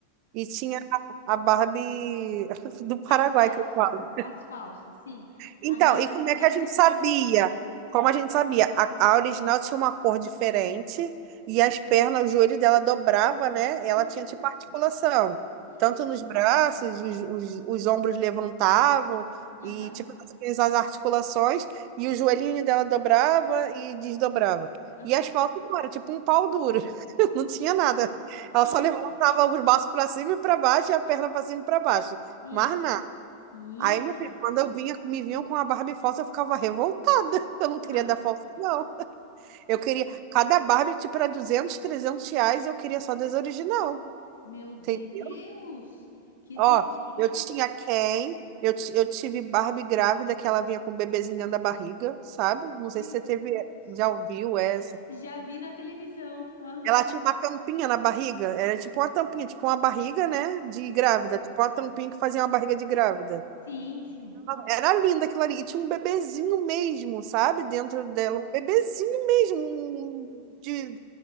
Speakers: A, on the right; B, on the left.
A: e tinha a a Barbie <laughs> do Paraguai,
B: As falsas,
A: que eu falo.
B: as falsas, sim.
A: Então,
B: As minhas
A: e como
B: primas
A: é que a gente sabia?
B: tinham. né,
A: Como a gente sabia? A, a original tinha uma cor diferente e as pernas, o joelho dela dobrava, né?
B: Isso,
A: Ela tinha tipo articulação.
B: isso.
A: Tanto nos braços, os, os, os ombros levantavam
B: Aham,
A: e tipo as articulações e o joelhinho dela dobrava e desdobrava.
B: aham.
A: E as falsas não, era tipo um pau duro. <laughs> Não tinha nada. Ela só levantava
B: Isso,
A: os braços para cima e para baixo e a perna para cima e para baixo.
B: isso,
A: Mas nada.
B: isso
A: Aí, meu
B: aí.
A: filho, quando eu vinha, me vinham com a Barbie falsa, eu ficava revoltada. <laughs> Eu não queria
B: Ah, meu
A: da falsa,
B: Deus.
A: não. Eu queria.
B: Ih,
A: Cada Barbie, tipo, era 200, 300 reais, eu queria só das original.
B: Meu Deus,
A: Entendeu?
B: que exigente.
A: Ó, eu tinha Ken, eu, ti- eu tive Barbie grávida, que ela vinha com um bebezinho dentro da barriga, sabe? Não sei
B: Meu
A: se você
B: Deus.
A: teve, já ouviu essa.
B: Já vi na televisão. Aham.
A: Ela tinha uma tampinha na barriga, era tipo uma tampinha, tipo uma barriga, né, de
B: Sim,
A: grávida, tipo uma tampinha que fazia uma barriga de grávida.
B: sim, sim.
A: Era linda aquilo ali. E tinha um bebezinho mesmo, sabe? Dentro dela. Um bebezinho mesmo. um- um, De,